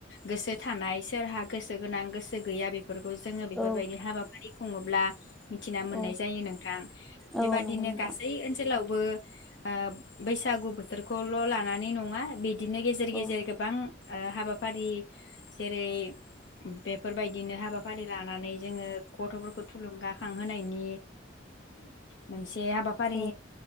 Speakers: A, on the left; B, in the centre.
A: गोसो थानाय सोरहा गोसो गोनां गोसो गैया बेफोरखौ जोङो बेफोरबायदि
B: औ
A: हाबाफारि खुङोब्ला मिथिना मोननाय
B: औ
A: जायो नोंथां
B: औ
A: बेबादिनो
B: नंगौ नोंथां
A: गासै ओनसोलाव बो ओ बैसागु बोथोरखौल' लानानै नङा। बिदिनो गेजेर गेजेर
B: औ
A: गोबां ओ हाबाफारि जेरै बेफोरबायदिनो हाबाफारि लानानै जोङो गथ'फोरखौ थुलुंगाखांहोनायनि मोनसे हाबाफारि
B: औ